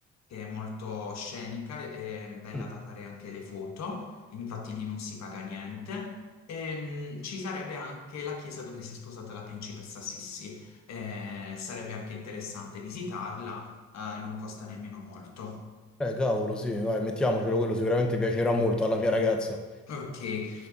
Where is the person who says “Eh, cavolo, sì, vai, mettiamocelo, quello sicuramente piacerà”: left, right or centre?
Centre